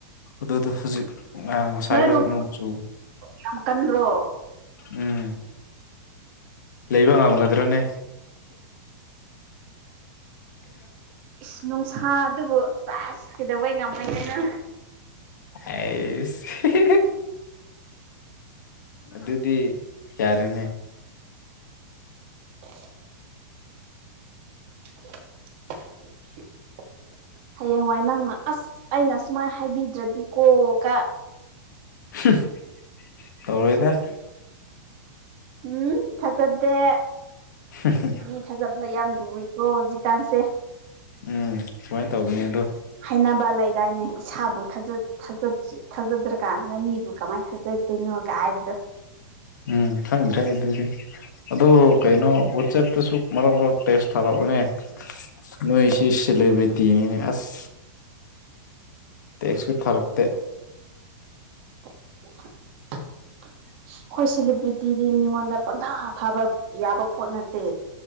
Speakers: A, on the left (about 65°); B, on the right (about 35°).
A: ꯑꯗꯨꯗꯣ ꯍꯧꯖꯤꯛ ꯉꯥ ꯉꯁꯥꯏꯗꯣ
B: ꯅꯣꯏꯔꯣꯝ
A: ꯅꯣꯡꯆꯨ
B: ꯌꯥꯝ ꯀꯟꯕ꯭ꯔꯣ
A: ꯎꯝ ꯂꯩꯕ ꯉꯝꯃꯒꯗ꯭ꯔꯅꯦ <unintelligible>
B: ꯏꯁ ꯅꯨꯡꯁꯥꯗꯨꯕꯨ ꯁꯦꯁ ꯀꯩꯗꯧꯕꯩ ꯉꯝꯃꯣꯏꯗꯣꯏꯅꯣ
A: ꯑꯩꯁ <unintelligible> ꯑꯗꯨꯗꯤ ꯌꯥꯔꯦꯅꯦ
B: <unintelligible> <unintelligible> ꯍꯌꯦꯡꯋꯥꯏ ꯅꯪꯅ ꯑꯁ ꯑꯩꯅ ꯁꯨꯃꯥꯏꯅ ꯍꯥꯏꯕꯤꯗ꯭ꯔꯗꯤꯀꯣꯀ
A: <unintelligible> ꯇꯧꯔꯣꯏꯗ
B: ꯎꯝ ꯊꯥꯖꯗꯦ
A: <unintelligible>
B: ꯃꯤ ꯊꯥꯖꯕ꯭ꯂ ꯌꯥꯝ ꯂꯨꯑꯦꯀꯣ ꯍꯧꯖꯤꯛꯀꯥꯟꯁꯦ
A: ꯎꯝ ꯁꯨꯃꯥꯏ ꯇꯧꯕꯅꯦꯗꯣ
B: ꯍꯥꯏꯅꯕ ꯂꯩꯗꯥꯏꯅꯦ ꯏꯁꯥꯕꯨ ꯊꯥꯖ ꯊꯥꯖꯗ꯭ꯔꯤ ꯊꯥꯖꯗ꯭ꯔ ꯀꯥꯟꯁꯤꯗꯅ ꯃꯤꯕꯨ ꯀꯃꯥꯏꯅ ꯊꯥꯖꯗꯣꯏꯅꯣꯀ ꯍꯥꯏꯕꯗꯣ
A: ꯎꯝ ꯈꯪꯗ꯭ꯔꯦ ꯑꯗꯨꯗꯤ ꯑꯗꯨ ꯀꯩꯅꯣ ꯋꯥꯆꯦꯞꯇꯁꯨ ꯃꯔꯛ ꯃꯔꯛ ꯇꯦꯛꯁ ꯊꯥꯔꯛꯎꯅꯦ ꯅꯣꯏꯁꯤ ꯁꯦꯂꯦꯕ꯭ꯔꯤꯇꯅꯤꯅꯦ ꯑꯁ ꯇꯦꯛꯁꯁꯨ ꯊꯥꯔꯛꯇꯦ
B: <unintelligible> <unintelligible> ꯍꫭ ꯁꯦꯂꯦꯕ꯭ꯔꯤꯇꯤꯗꯤ ꯃꯤꯉꯣꯟꯗ ꯄꯪꯊꯥ ꯊꯥꯕ ꯌꯥꯕ ꯄꯣꯠ ꯅꯠꯇꯦ